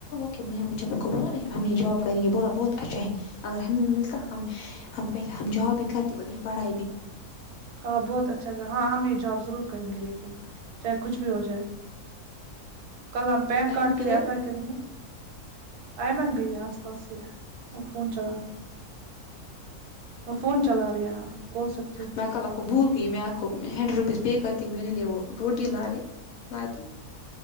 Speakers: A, on the left (about 65°); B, on the right (about 80°).
A: کئی نے بولا ہم نیہ جاب کریں گے بولا بہت اچھا ہے اگر ہمیں بھی ملتا ہم ہم پہلے ہم جاب بھی کرتے اور پڑھائی بھی
B: ہاں بہت اچھا ہاں ہم یہ جاب ضرور لڑیں گے لیکن چاہے کچھ بھی ہو جائے کل ہم پین
A: ایمن
B: کارڈ کے
A: کدھر
B: لیے اپلائی
A: ہے
B: کریں گے ایمن بھی آس پاس سے وہ فون چلا رہے وہ فون چلا رہی ہے بول سکتی ہو
A: میں کل وہ بھول گئی میں آپ کو ہنڈریڈ روپیز پے کرتی میرے لیے وہ روٹی لائے لاتی